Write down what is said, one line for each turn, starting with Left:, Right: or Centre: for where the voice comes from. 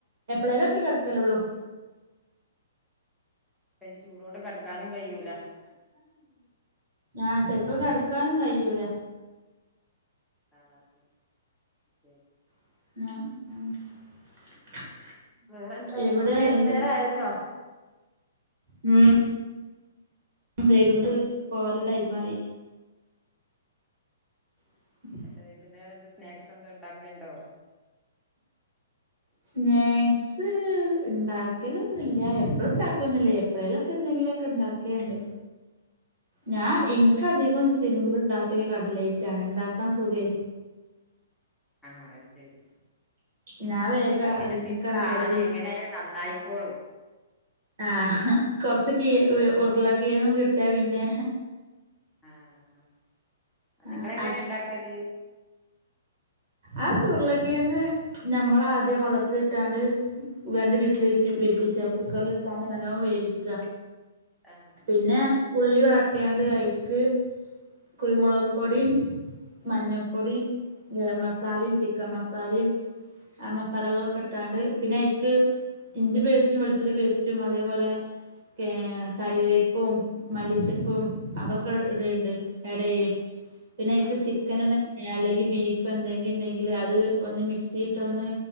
Right: എപ്പളെലൊക്കെ കെ ക്കലുള്ളു
Centre: പിന്ന ചൂടോണ്ട് കിടക്കാനും കഴൂല
Right: ഞാൻ ചിലപ്പോ കിടക്കാനും കഴിയൂല
Centre: ആഹ് ശരി
Right: <unintelligible>
Centre: വേറെ എന്താ, ഇനിയിപ്പ
Right: എവിടെ
Centre: വൈകുന്നേര
Right: എല്ല
Centre: ആയല്ലോ
Right: ഉം വൈകു ന്നൽ പോവാല ടൈമായി <inaudible>
Centre: എന്റെ വൈകുന്നേരം എന്ത സ്നാക്സ് എന്താ ഉണ്ടാക്കെ ണ്ടോ.
Right: സ്നാക്സ് ഉണ്ടാക്കലൊന്നും ല്ല എപ്പഴും ഉണ്ടാക്കലന്നില്ല, എപ്പോഴേലൊക്കെ എന്തെങ്കിലുംക്കെ ഇണ്ടാക്കേണ്ട്. ഞാ ഇൻകധികം
Centre: ആഹ്
Right: സിമ്പി ഉണ്ടാക്കല് കടലേറ്റാണ്. ഉണ്ടാക്കാൻ സുഖേ
Centre: ആഹ അ ശരി.
Right: ഞാൻ വേഗം
Centre: അത് പിന്നെ
Right: അയ്മക്കാണ്ട്
Centre: സിംപിള
Right: പോവല്.
Centre: ആണ് എങ്ങനൊയാലും നന്നായിക്കോളൂ.
Right: ആഹ് കൊറച്ച് കീ ഉ ഉരുള കീഴങ്ങ് കിട്ടിയ പിന്നെ.
Centre: ആഹ അത്ങ്ങൾങ്ങനെ
Right: ആഹ്
Centre: ണ്ടാക്കൽ
Right: ആ തുരുളക്കേങ്ങ് ഞമ്മൾ ആദ്യം വള്ളത്തി ട്ടാണ്ട് രണ്ട് വിസില് വരീച്ച. കുക്കറിലട്ടാണ്ട് നല്ലോം വേവിക്കുക
Centre: ആഹ്
Right: പിന്നെ ഉള്ളി വാട്ടിയാണ്ട് ഐക്ക് കുരുമുളക് പൊടിം മഞ്ഞപ്പൊടിം ഗരം മസാലയും ചിക്കൻ മസാലയും ആ മസാലകളൊക്കെ ഇട്ടാണ്ട് പിന്നെ ഐക്ക് ഇഞ്ചി പേസ്റ്റും വെളുത്തുള്ളി പേസ്റ്റും അതേപോലെ ഏ കറിവേപ്പും മല്ലിച്ചപ്പും അതൊക്കെ ഇടണ്ട് എടെയും പിന്നെ എക്ക്
Centre: ആഹ്
Right: ചിക്കന അല്ലെങ്കിൽ ബീഫ് എന്തെങ്കും ഉണ്ടെങ്കില് അത് ഒന്ന് മിക്സിയിട്ട ഒന്ന്